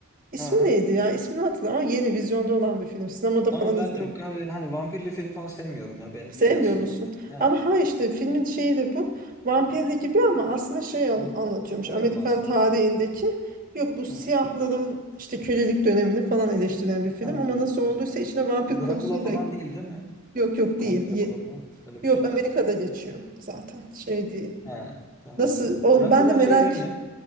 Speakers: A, on the right; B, on the left.
A: İsmi
B: Aha.
A: neydi ya? İsmini hatırlamıyorum ama yeni vizyonda olan bir film. Sinemada
B: Ama
A: falan izledim.
B: ben çok hani, hani vampirli film falan sevmiyorum ya ben
A: Sevmiyor
B: biliyorsun.
A: musun?
B: Yani.
A: Ama
B: Ha.
A: ha işte filmin şeyi de bu. Vampirli gibi ama aslında şey an-
B: Hı hı.
A: anlatıyormuş.
B: Komedim
A: Amerikan
B: aslında.
A: tarihindeki yok bu siyahların
B: Hı. hı.
A: işte kölelik dönemini falan eleştiren bir film.
B: Ha.
A: Ama nasıl olduysa içine vampir
B: Drakula
A: konusunu
B: falan
A: da
B: değil değil mi?
A: yok yok
B: Kont
A: değil.
B: Drakula
A: Ye-
B: falan öyle bir
A: yok
B: şey.
A: Amerika'da geçiyor zaten. Şey değil.
B: Ha, tamam.
A: Nasıl? O,
B: Drakula
A: ben de merak
B: şey değil mi?